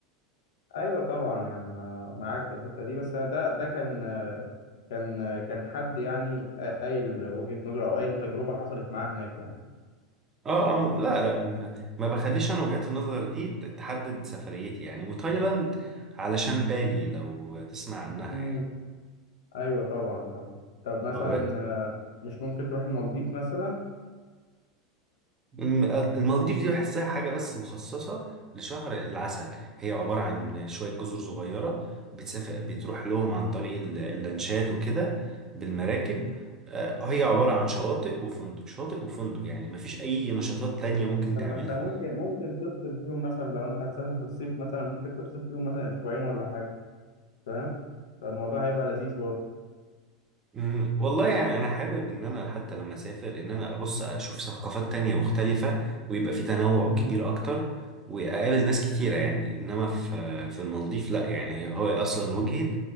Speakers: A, on the left (about 75°); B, on the right (about 25°).
A: ايوه طبعا يعني انا معاك في الحته دي بس ده ده كان آه، كان آه، كان حد يعني قايل وجهه نظره او قايل تجربه حصلت معاه هناك
B: اه اه لا لا ما ما بخليش أنا وجهات النظر دي ت- تحدد سفريتي يعني وتايلاند علشان بالي لو تسمع عنها
A: يعني ايوه طبعا طبعا طب مثلا
B: يعني
A: آه، مش ممكن تروح المالديف مثلا
B: مم، المالديف دي بحسها حاجة بس مخصصة لشهر العسل هي عبارة عن شوية جزر صغيرة بتسافر بتروح لهم عن طريق ال- اللانشات وكده بالمراكب
A: مم.
B: آه، هي عبارة عن شواطئ وفندق شاطئ وفندق يعني مفيش أي نشاطات تانية ممكن
A: طب
B: تعملها
A: ما انت ممكن ممكن تفصل فيهم مثلا لو انت هتسافر في الصيف مثلا ممكن تفصل فيهم مثلا اسبوعين ولا حاجه فاهم فالموضوع هيبقى لذيذ برضه
B: مم، والله يعني انا حابب ان انا حتى لما اسافر ان انا ابص اشوف ثقافات تانية مختلفة ويبقى في تنوع
A: مم.
B: كبير اكتر واقابل ناس كتيرة يعني انما في في المالديف لا يعني هو اصلا وجهة